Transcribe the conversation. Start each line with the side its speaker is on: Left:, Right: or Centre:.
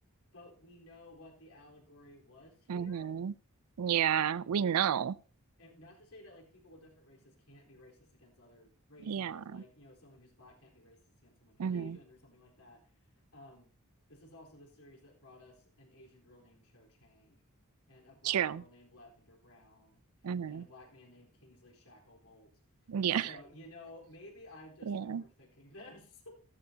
Left: but we know what the allegory was here.
Right: hmm Yeah, we know.
Left: and not to say that like people of different races can't be racist against other races
Right: Yeah.
Left: like you know someone who's black can't be racist against someone who's
Right: hmm
Left: asian or something like that um this is also the series that brought us an asian girl named cho chang and a black
Right: True.
Left: girl named lavender brown
Right: hmm
Left: and a black man named kingsley shacklebolt
Right: Yeah.
Left: so you know maybe i'm just
Right: Yeah,
Left: overthinking this